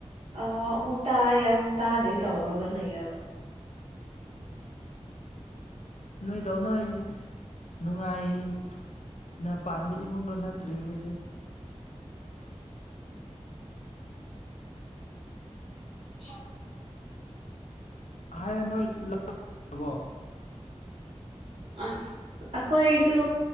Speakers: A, on the right; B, on the left.
A: ꯑ ꯑꯃꯨꯛ ꯇꯥꯏꯌꯦ ꯑꯃꯨꯛ ꯇꯥꯗꯦ ꯇꯧꯔꯕ ꯂꯩꯔꯕ
B: ꯅꯣꯏꯗꯥꯎ ꯅꯣꯏ ꯅꯨꯡꯉꯥꯏꯌꯦ ꯅ ꯄꯥꯟꯕ ꯏꯃꯨꯡꯗꯣ ꯅꯠꯇ꯭ꯔꯦ ꯑꯩꯈꯣꯏꯁꯦ
A: ꯆ
B: ꯍꯥꯏꯔ ꯅꯣꯏ ꯂꯧꯔꯕꯣ
A: ꯑꯁ ꯑꯩꯈꯣꯏꯁꯨ